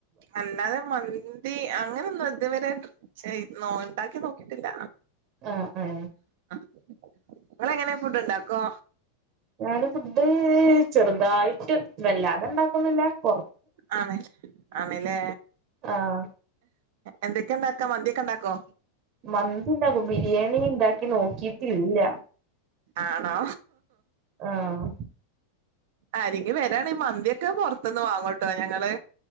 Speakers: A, on the right; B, on the right.
A: അല്ലാതെ മന്തി അങ്ങ ഞാനൊന്നും ഇത് വരെയായിട്ടും ചെയ്തു ഉണ്ടാക്കി നോക്കിട്ടില്ല
B: ആ ആ
A: നിങ്ങളെങ്ങനെ ഫുഡുണ്ടാക്കുവോ
B: ഞൻ ഫുഡ് ചെറുതായിട്ട് വല്ലാതെ ഉണ്ടാക്കുവോന്നുമില്ല കൊറ
A: ആമേ ആമേലേ
B: ആഹ്
A: എന്തൊക്കെയുണ്ടാക്കാം മന്തിയൊക്കെ ഉണ്ടാക്കോ
B: മന്തിണ്ടാക്കും ബിരിയാണി ഉണ്ടാക്കി നോക്കിട്ടില്ല
A: ആണോ
B: ആഹ്
A: ആരെങ്കിലും വരാണെകിൽ മന്തിയൊക്കെ പൊറത്തുന്നു വാങ്ങു ട്ടോ ഞങ്ങള്